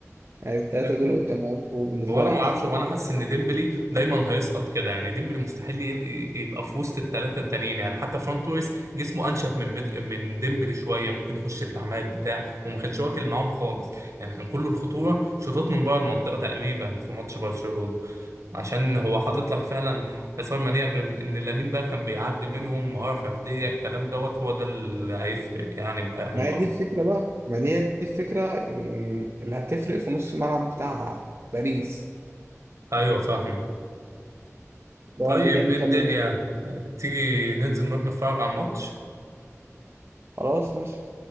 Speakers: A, on the right (about 45°); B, on the right (about 65°).
A: يعني الثلاثه
B: الاحسن
A: دول قدام يبقوا بالنسبه
B: هو انا
A: لي
B: ما
A: احسن
B: اعرفش هو انا حاسس ان ديمبلي دايما هيسقط كده يعني ديمبلي مستحيل ي- يبقى في وسط الثلاثه التانيين يعني حتى فران توريس جسمه انشف من بد... من ديمبلي شويه ممكن يخش التعامات بتاع وما كانش واكل معاهم خالص يعني كان كله الخطوره شوطات من بره المنطقه تقريبا في ماتش برشلونه عشان هو حاطط لك فعلا حصار منيع غير ان لامين بقى كان بيعدي منهم مهاره فرديه الكلام دوت هو ده اللي هيفرق يعني معاهم
A: ما هي
B: قوي
A: دي الفكره بقى ما دي هي دي الفكره ال- اللي هتفرق في نص الملعب بتاع باريس
B: ايوه فاهمك
A: اللي
B: طيب
A: هو اللي جاي مكمل
B: ايه الدنيا
A: منه
B: طيب، تيجي ننزل نروح نتفرج على الماتش
A: خلاص ماشي